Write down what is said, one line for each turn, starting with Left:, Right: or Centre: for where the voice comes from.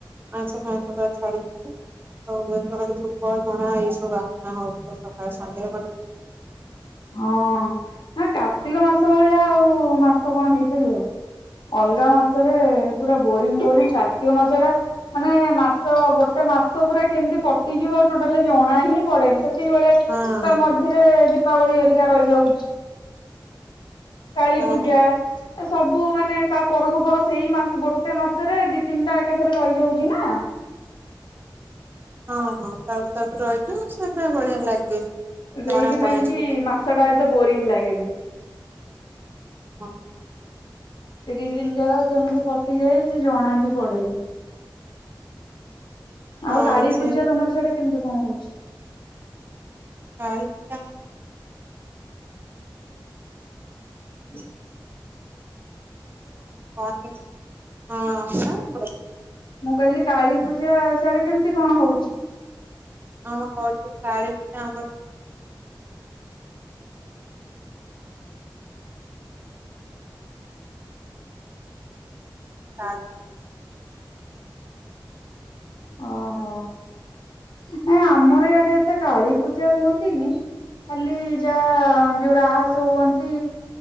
Right: ଆଇଁଷ ଫାଇଁସ ପୁରା ଛାଡିଥିବେ ଅରୁଆ ଧୂପ ଝୁଣା ଏଇସବୁ ପୁରା ବାସ୍ନା ହଉଥିବ ସକାଳେ ସନ୍ଧ୍ୟା ବେଳେ
Left: ହଁ ନା କାର୍ତ୍ତିକ ମାସ ଭଳିଆ ଆଉ ମାସ କଣ ହେଇପାରିବ ଅଲଗା ମାସରେ ପୁର ବୋରିଙ୍ଗ ବୋରିଂ କାର୍ତ୍ତିକ ମାସ ଟା ମାନେ ମାସ ଗୋଟେ ମାସ ପୁର କେମିତି କଟିଯିବ ଟୋଟାଲି ଜଣା ହିଁ ହଁ ପଡେନି ସେତିକିବେଳେ
Right: ହଁ
Left: ତା ମଝିରେ ଦୀପାବଳି ହରିକା ରହିଯାଉଚି କାଳୀ ପୂଜା
Right: ହଁ
Left: ଏ ସବ ସବୁ ମାନେ ତା ପରକୁ ପର ସେଇ ମାସ ଗୋଟେ ମାସରେ ଦି ତିନିଟା ଏକାଥରେ ରହିଯାଉଚି ନା
Right: ହଁ ହଁ ତାପର ତାପର ରହିଚୁ ସେଟା ବଢିଆ ଲାଗେ।
Left: ସେଇଥିପାଇଁ
Right: ଜଣା ପଡେନି
Left: କି ମାସ ଟା ଏତେ ବୋରିଂ ଲାଗେନି।
Right: ହଁ।
Left: ତିରିଶ ଦିନ ଯାକ କେମିତି କଟିଯାଏ, ସେ ଜଣା ବି ପଡେନି
Right: ହଁ
Left: ଆଉ କାଳୀ
Right: ସେ
Left: ପୂଜା ତମର ସେଆଡେ କେମିତି କଣ ହଉଛି?
Right: କଣଟା? ଅଛି
Left: ହୁଁ।
Right: କଣ ହଁ।
Left: ମୁଁ କହିଲି କାଳୀ ପୂଜା ସଆଡେ କେମିତି କଣ ହଉଛି?
Right: ଆମ କଉଛ ଶାଢୀ ପୂଜା ଆମର ଯା <unintelligible> <unintelligible>
Left: ଓହୋ
Right: ନା
Left: ନ ଆମର ଏଇଆଡେ ଏତେ କାଳୀ ପୂଜା ହୁଅନ୍ତିନି ଖାଲି ଯା ଯୋଉ ରାହସ ହୁଅନ୍ତି।